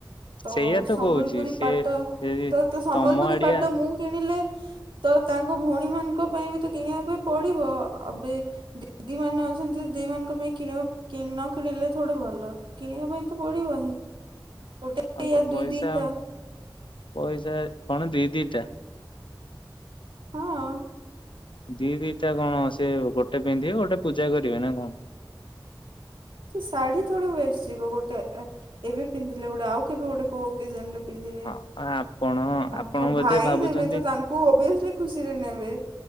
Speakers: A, on the right; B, on the left.
A: ତ
B: ସେଇଆ
A: ସମ୍ବଲପୁରୀ
B: କହୁଛି ସିଏ
A: ପାଟ
B: ଯଦି
A: ତ ତ ସମ୍ବଲପୁରୀ
B: ତମ ଆଡିଆ
A: ପାଟ ମୁଁ କିଣିଲେ, ତ ତାଙ୍କ ଭଉଣୀ ମାନଙ୍କ ପାଇଁ ବି ତ କିଣିବା ପାଇଁ ପଡିବ ଅବେ ଦିଦି ମାନେ ଅଛନ୍ତି। ଦିଦି ମାନଙ୍କ ପାଇଁ କିଣିବା ନ କିଣିଲେ ଥଡେ ଭଲ <inaudible> କିଣିବା ପାଇଁ ତ ପଡିବ ହିଁ। ଗୋଟେ
B: ହ
A: ୟା
B: ତ
A: ଦୁଇ
B: ପଇସା
A: ଦିଟା
B: ପଇସା କଣ ଦି ଦିଟା,
A: ହଁ,
B: ଦି ଦିଟା କଣ ସେଏ ଗୋଟେ ପିନ୍ଧିବେ ଗୋଟେ ପୂଜା କରିବେ ନା କଣ,
A: ତ ଶାଢୀ ଥୋଡ଼ି ଓଏସ ଯିବ ଗୋଟେ ଏବେ ପିନ୍ଧିଲେ ଗୋଟେ ଆଉ କେବେ ଗୋଟେ ଓକେଜନ୍ ରେ ପିନ୍ଧିବେ
B: ହଁ ଆପଣ
A: ତାଙ୍କ
B: ଆପଣ ବୋଧେ
A: ଭାଇ
B: ଭାବୁଛନ୍ତି
A: ଦେବେ ତ ତାଙ୍କୁ ୱବିଏସିଲ୍ଲୀ ଖୁସିରେ ନେବେ,